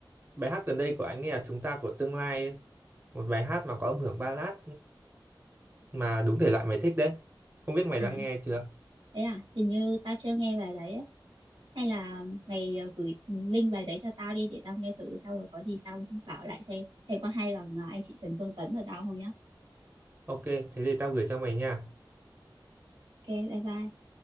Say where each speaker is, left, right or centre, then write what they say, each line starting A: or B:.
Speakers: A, on the right; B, on the right.
A: Bài hát gần đây của anh nghe là Chúng ta của tương lai ấy. Một bài hát mà có âm hưởng ballad mà đúng thể loại mày thích đấy. Không biết mày
B: À,
A: đã nghe chưa?
B: Thế à, hình như tao chưa nghe bài đấy ấy. Hay là mày ờ, gửi link bài đấy cho tao đi để tao nghe thử xong rồi có gì tao bảo lại xem xem có hay bằng ờ, anh chị Trần Phương Tấn ở tao không nhá.
A: Ok, thế thì tao gửi cho mày nha.
B: Ok, bye bye.